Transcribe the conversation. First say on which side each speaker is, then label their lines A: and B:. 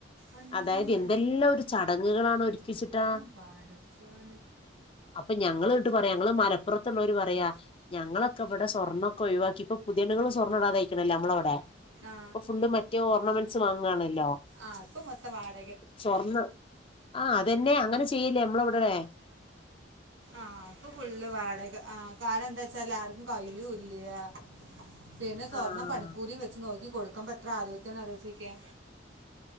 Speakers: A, on the right; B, on the left.
A: അന്നെ
B: അതായത് എന്തെല്ലാം ഒരു ചടങ്ങുകളാണോ ഒരുക്കിച്ചിട്ടാ
A: പടച്ചോൻ
B: അപ്പൊ ഞങ്ങൾ കേട്ട് പറയാ ഞങ്ങൾ മലപ്പുറത്തള്ളവര് പറയാ ഞങ്ങളൊക്കെ ഇവിടെ സ്വർണ്ണൊക്ക ഒഴിവാക്കി ഇപ്പോ പുതിയണ്ണുകൾ സ്വർണ്ണം ഇടാതെ അയ്ക്കണല്ലോ നമ്മളവിടെ
A: ആ
B: ഇപ്പോ ഫുള്ള് മറ്റേ ഓർണമെന്റ്സ് വാങ്ങാണല്ലോ
A: ആഹ് ഇപ്പം മൊത്തം വാട്
B: സ്വർണ്ണം ആഹ് അതെന്നെ അങ്ങനെ ചെയ്യില്ലേ നമ്മളെ ഇവിടെടെ
A: ആഹ് അപ്പൊ ഫുള്ള് വാടക ആഹ് കാരം എന്താ വച്ചാൽ ആർക്കും കഴിയുല്ല പിന്നെ സ്വർണം
B: ആഹ്
A: പണിക്കൂലിയും വെച്ച് നോക്കി കൊടുക്കമ്പൊ എത്ര ആലോയിക്കണം ആലോചിച്ചോക്ക്യാ